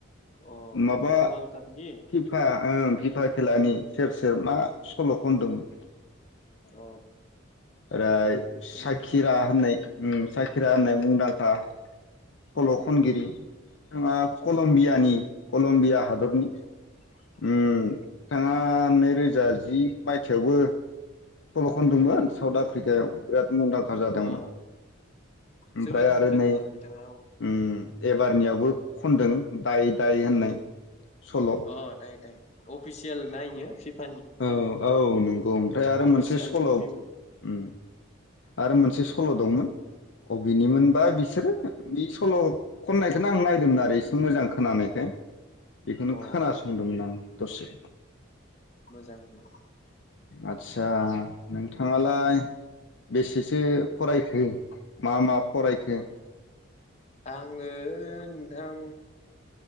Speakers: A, on the left (about 30°); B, on the left (about 60°).
A: अ
B: माबा
A: वर्ल्ड कापनि
B: खिफा ओं जिफा खेलानि सेर सेर मा
A: उम
B: सल' खनदोंमोन?
A: अ
B: ओ
A: उम
B: साखिरा
A: जोबोद मोजां
B: होननाय साखिरा होननाय मुंदांखा सल'
A: उम
B: खनगिरि बिथाङा
A: सल'
B: कलम्बियानि
A: खनगिरि अ
B: कलम्बिया हादरनि
A: कलम्बिया
B: बिथाङा
A: उम
B: नैरोज जा जि मायथाइयावबो सल'खन दोंमोन
A: उम
B: साउथ आफ्रिकायाव बे <inaudible> मुंदांखा जादोंमोन
A: अ
B: ओमफ्राय
A: जोबोद मुंदांखा
B: आरो नै
A: बिथाङा औ
B: उम एबारनियावबो खनदों दाय दाय होननाय सल' औ
A: अ दायो दायो अफिसियेल नायो फिफ
B: औ औ नों गौ ओमफ्राय आरो
A: अफिसियेल
B: मोनसे सल' उम
A: निउ
B: आरो मोनसे सल' दंमोन बबेनिमोनबा बिसोरो बे सल' खननायखोनो आं नायदोंमोन आरो एसे मोजां खोनानायखाय बेखौनो
A: अ
B: खोनासंदोंमोन आं दसे
A: <unintelligible>
B: आतसा नोंथा हाङालाय। बेसेसो फरायखो मा मा फरायखो
A: आंनो नोंथां